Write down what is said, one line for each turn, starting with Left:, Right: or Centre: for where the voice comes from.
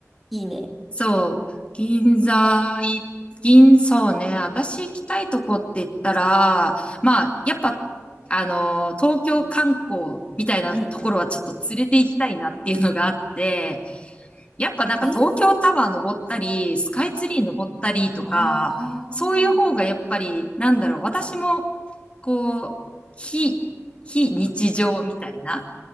Centre: いいね。
Left: そう、銀座い、銀、そうね、私行きたいとこって言ったら、まあ、やっぱ、あの、東京観光みたいなところはちょっと連れて行きたいなっていうのがあって、
Centre: うん。
Left: やっぱなんか東京タワー登ったり、
Centre: えー、
Left: スカイツリー登ったりとか、
Centre: ああ。
Left: そういう方がやっぱり、なんだろう、私も、こう、非、非日常みたいな。